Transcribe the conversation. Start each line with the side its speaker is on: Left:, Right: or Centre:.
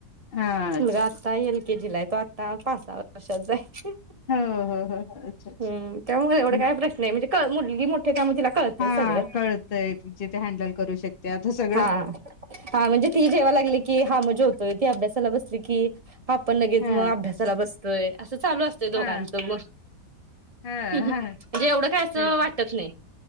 Left: हा अच्छा
Right: मुलगा आता एल के जी ला आहे तो आता पाच सहा वर्षाचा हाय.
Left: हो हो हो अच्छा
Right: हम्म त्यामुळ एवढ
Left: अच्छा
Right: काय प्रश्न नाही म्हणजे कळ मुलगी मोठी त्यामुळं तिला कळतंय
Left: हा
Right: सगळं
Left: कळतय तिचे ते हँडल करू शकते आता सगळं
Right: हा हा म्हणजे ती जेवाय लागली की हाम जेवतोय ती अभ्यासाला बसली की आपण लगेच
Left: हा
Right: मग अभ्यासाला बस होय अस चालू असतयं दोघांच
Left: हा
Right: मग
Left: हा
Right: म्हणजे
Left: हा
Right: एवढं काय असं
Left: तेच
Right: वाटत नाही.